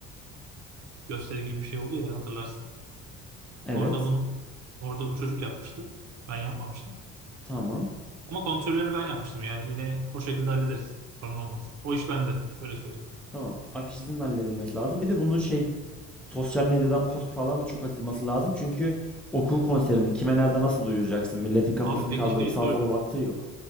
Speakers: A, on the right; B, in the centre.
A: gösteri gibi bir şey oldu ya hatırlarsın.
B: Evet.
A: Orada bunu orada bu çocuk yapmıştı. Ben yapmamıştım.
B: Tamam.
A: Ama kontrollerini ben yapmıştım. Yani yine o şekilde hallederiz. Sorun olmaz. O iş bende. Öyle söyleyeyim.
B: Tamam. Afişin halledilmesi lazım. Bir de bunun şey sosyal medyadan post falan da çok atılması lazım. Çünkü okul konserini kime nerede nasıl duyuracaksın? Milletin kafasını
A: Abi peki
B: kaldırıp
A: şeyi
B: sağa
A: soracağım.
B: sola baktığı yok.